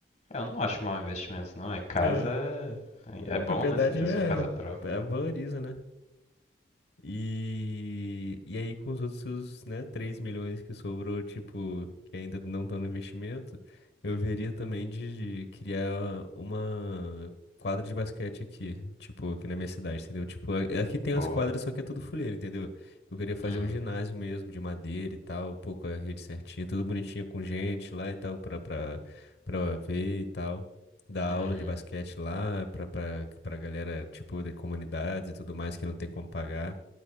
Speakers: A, on the left; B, on the left.
A: É, Eu não
B: E-
A: acho mau investimento, não. É casa.
B: É.
A: É é
B: A
A: bom,
B: propriedade
A: né? Você ter
B: é,
A: sua casa própria.
B: é valoriza, né? E, e aí, com os outros, né, 3 milhões que sobrou, tipo, que ainda não estão no investimento, eu veria também de, de criar uma quadra de basquete aqui, tipo, aqui na minha cidade, entendeu? Tipo, a- aqui tem as
A: Boa.
B: quadras, só que é tudo fuleiro, entendeu? Eu queria fazer
A: Uhum.
B: um ginásio mesmo, de madeira e tal, pô, com a rede certinha, tudo bonitinho com gente lá e tal, pra, pra, pra ver e tal. Dar
A: Uhum.
B: aula de basquete lá pra, pra, pra galera, tipo, de comunidades e tudo mais que não tem como pagar.